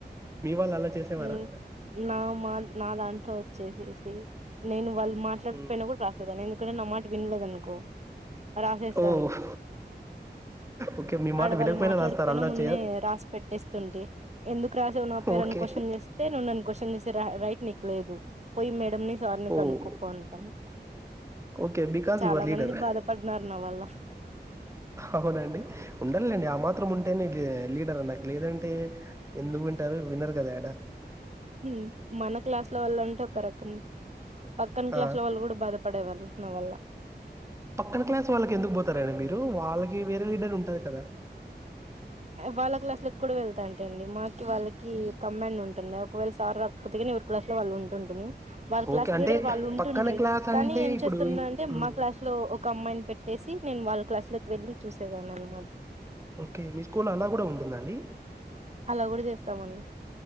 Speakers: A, on the right; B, on the right.
A: మీ వాళ్ళు అలా చేసేవారా?
B: ఉమ్ నా మా నా దాంట్లో వచ్చేసేసి నేను వల్ మాట్లాడక్పోయినా
A: హ్మ్.
B: గూడ్ రాసేదాని, ఎందుకంటే నా మాట్ విన్లేదనుకో రాసేస్తా.
A: ఓహ్!
B: ఉంది.
A: ఓకే. మీ మాట
B: ఆడ వాళ్ళు
A: వినకపోయినా
B: మాట్లాడక్
A: రాస్తారు
B: పోయినా
A: అల్లరి
B: ముందునే
A: చేయ
B: రాసి పెట్టేస్తుంటి, ఎందుకు రాసవ్ నా పేరు
A: ఓకే.
B: అన్ క్వస్ తే నువ్ నన్ను క్వశ్చనేస్తే రా రైట్ నిక్లేదు. పోయి మేడంని సార్నీ
A: ఓహ్!
B: అనుకోపో అంటా.
A: ఓకే. బికాస్
B: చాలా
A: యూ ఆర్
B: మంది
A: లీడర్.
B: బాధపడ్నారు నా వల్ల.
A: అవునండి. ఉండాలేండి. ఆ మాత్రం ఉంటేనే దే లీడర్ అన్నట్ లేదంటే. ఎందుకు వింటారు వినర్ కదా యేడా.
B: ఉమ్ మన క్లాస్లో వాళ్ళంటే ఒక రకం. పక్కన క్లాస్లో
A: ఆ!
B: వాళ్ళు గూడా బాధపడే వాళ్ళు. నా వల్ల
A: పక్కన క్లాస్ వాళ్ళకి ఎందుకు పోతారాండి మీరు. వాళ్ళకి వేరే లీడర్ ఉంటాద్ కదా.
B: వాళ్ళ క్లాస్లో కి కూడా వెళ్తాంటండి. మాకి, వాళ్ళకి కమాండ్ ఉంటుంది. ఒకవేళ సార్ రాక్పోతే గానీ ఎవరి క్లాస్ లో వాళ్ళు ఉంటుంటుమి. వాళ్ళ క్లాస్
A: ఓకే. అంటే
B: లీడర్ వాళ్ళు ఉంటుండ్రి
A: పక్కన క్లాస్
B: కానీ
A: అంటే
B: ఏం
A: ఇప్పుడు
B: చేస్తునన్నంటే.
A: హ్మ్.
B: మా క్లాస్ లో ఒక అమ్మాయిని పెట్టేసి నేను వాళ్ళ క్లాస్లోకి వెళ్ళి చూసేదాన్ని అనమాట.
A: ఓకే మీ స్కూల్ అలా కూడా ఉంటుందండి.
B: అలా గూడా జేస్తామండి.